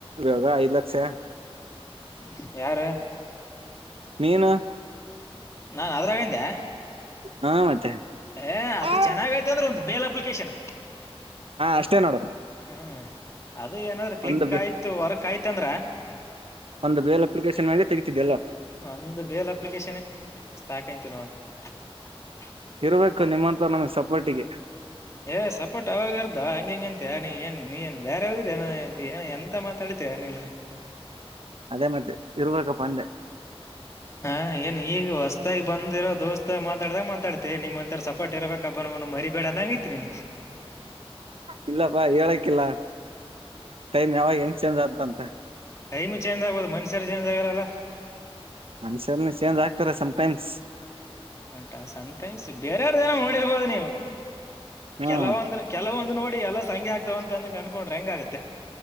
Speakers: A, on the right; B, on the left.
A: ಇವಾಗ ಐದ್ ಲಕ್ಷ
B: <inaudible> ಯಾರು
A: ನೀನು
B: ಹಾ ಅದ್ರಾಗಂದೆ
A: ಹಾ ಮತ್ತೆ
B: ಏ
A: ಹಾ
B: ಅದು ಚೆನ್ನಾಗ್ಐ್ತ ಅಂದ್ರೆ ಒಂದು ಬೇಲ್ ಅಪ್ಲಿಕೇಶನ್
A: ಅಷ್ಟೇ ನೋಡು
B: ಹ್ಮ ಅದ ಏನಾದ್ರೆ ಕ್ಲಿಕ್
A: ಒಂದು
B: ಆಯ್ತು ವರ್ಕ್ ಆಯ್ತು ತ್ತಂದ್ರೆ
A: ಒಂದು ಬೇಲ್ ಅಪ್ಲಿಕೇಶನ್ ಮಾಡಿ ತೆಗಿತಿದ್ದೆ ಎಲ್ಲ
B: ಒಂದು ಬೇಲ್ ಅಪ್ಲಿಕೇಶನ್ ಸಾಕಾಯತು ನ <unintelligible>
A: ಇರ್ಬೇಕು ನಿಮ್ಮಂತ ನಮಗ್ ಸಪೋರ್ಟಿಗೆ
B: ಏ ಸಪೋರ್ಟ್ ಅವಾಗ ಇರ್ ಹಂಗ ಹೆಂಗೆ ಅಂತೆ ನೀ ಏನ್ ನೀನ್ ಬೇರೆ ಅವ ಏ ಎಂತ ಮಾತಾಡ ತ್ತ ನಿನ್ನನೆ
A: ಅದೇ ಮತ್ತೆ ಇರ್ಬೇಕಪ್ಪಂದೆ
B: ಹಾ ಏನ್ ಈಗ ಹೊಸತಾಗಿ ಬಂದಿರೋ ದೋಸ್ತ ಮಾತಾಡ್ದಾಗ ಮಾತಾಡ್ತಿ ಮ ನಿಮ್ಂತ ಸಪರ್ಟ್ ಇರರ್ಬೇಕಪ್ಪ ಬ ಮರಿ ಬೇಡ ಅಂಗ ಐತ್ರಿ ನೀ
A: ಇಲ್ಲಪ್ಪಾ ಹೇಳಕ್ಕಿಲ್ಲ ಟೈಮ್ ಯಾವಾಗ ಎಂಗ್ಸ್ ಚೇಂಜ್ ಆತು ಅಂತೆ
B: ಮ್ ಚೇಂಜ್ ಆಗ್ಬಹದು ಮನುಷ್ಯರು ಚೇಂಜ್ ಆಗಾರಲ್ಲ
A: ಮನುಷ್ಯರನ್ನ ಚೇಂಜ್ ಆಗ್ತಾರೆ ಸಮ್ಟಮ್ಸ್
B: ಟ ಸಂಟೈಮ್ಸ್ ಬೇರೆಯವರ ದನ ನೋಡಿರ್ಬೋದು ನೀವು
A: ಹ್ಮ್
B: ಕೆಲವೊಂದು ಕೆಲವೊಂದು ನೋಡಿ ಎಲ್ಲ ಸಂಆಗ್ತಾವ ಅ ಕಕೊಂಡ್ರೆ ಹೆಂಗ ಆಗತ್ತೆ